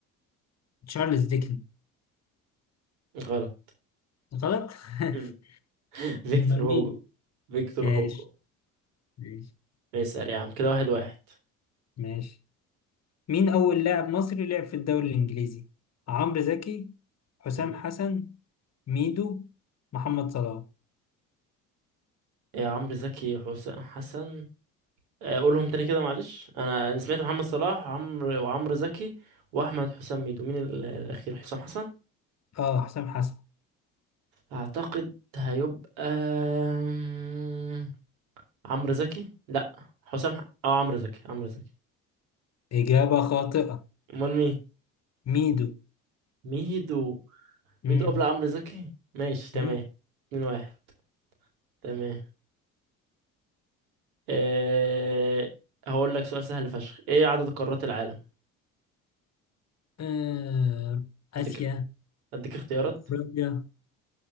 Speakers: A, on the left; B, on the right.
A: تشارلز ديكن
B: غلط
A: غلط <laughs>
B: مم. <laughs> فيكتور
A: امال
B: هوجو
A: مين
B: فيكتور
A: ماشي
B: هوجو
A: ماشي
B: اسأل يا عم كده واحد واحد
A: ماشي مين أول لاعب مصري لعب في الدوري الإنجليزي؟ عمرو زكي حسام
B: مم.
A: حسن ميدو محمد صلاح
B: يا عمرو زكي حسام حسن آه، قولهم تاني كده معلش انا انا سمعت محمد صلاح وعمرو وعمرو زكي واحمد حسام ميدو مين ال- الاخير حسام حسن
A: اه حسام حسن
B: اعتقد هيبقى أمم، عمرو زكي لا حسام حق اه عمرو زكي عمرو زكي
A: إجابة خاطئة
B: امال مين
A: ميدو
B: ميدو
A: مم.
B: ميدو قبل عمرو زكي ماشي تمام
A: مم.
B: اتنين واحد تمام أه... هقول لك سؤال سهل فشخ ايه عدد قارات العالم
A: آه، آسيا
B: اديك اديك اختيارات
A: أفريقيا